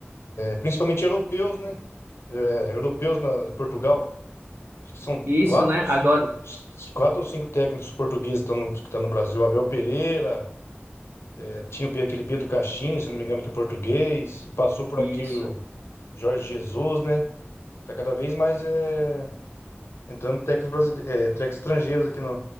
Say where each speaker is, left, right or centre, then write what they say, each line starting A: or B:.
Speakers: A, on the left; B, on the right.
A: principalmente europeus, né? É, europeus na Portugal. Acho que são
B: Isso,
A: quatro
B: né?
A: ou cinco,
B: Agora,
A: quatro ou cinco técnicos portugueses que estão no, que estão no Brasil. Abel Pereira, eh, tinha o Pe- aquele Pedro Caixinha, se não me engano, que é português. Passou por
B: isso.
A: aqui o Jorge Jesus, né? Tá cada vez mais eh, entrando técnicos, brasileiros técnicos estrangeiros aqui no,